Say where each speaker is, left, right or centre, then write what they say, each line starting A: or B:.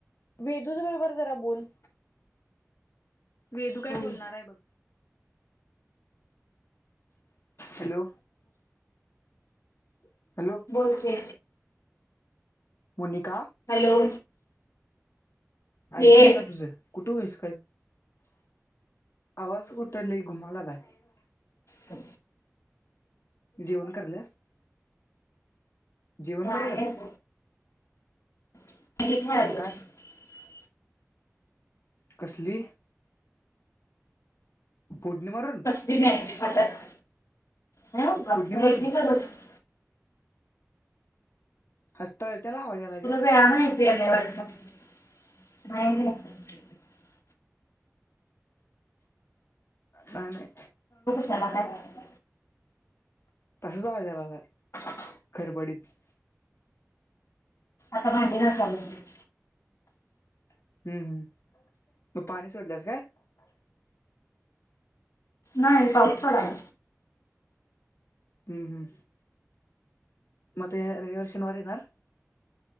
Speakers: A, on the left; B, on the left.
A: वेदू बरोबर जरा बोल वेदू
B: हम्म
A: काय बोलणार आहे बघ हॅलो हॅलो
B: बोलते
A: मोनिका
B: हॅलो
A: ऐकू
B: ये
A: ना तुझं कुठे होईस काय आवाज कुठे ल घुमाला बाय
B: हो
A: जेवण करल्यास जेवण
B: नाही
A: करल्यास
B: मॅगी <inaudible>
A: मग काय कर कसली? फोडणी मारून
B: कसली नाय ती खातात. हा बा
A: फोडणी
B: फरसबी
A: मारून
B: <unintelligible>
A: हसताय व्हय त्याला आवाज यायलाय
B: तुला
A: ग.
B: <unintelligible>
A: ह नाय.
B: त्याला काय झालेल
A: तसाच आवाज यायला लागलाय खरबडीत
B: आता भाजी ला चाललोय मी
A: हूं हूं म पाणी सोडल्यास काय?
B: नाही पाऊस पडालाय.
A: हूं हूं म रयवार शनवार येणार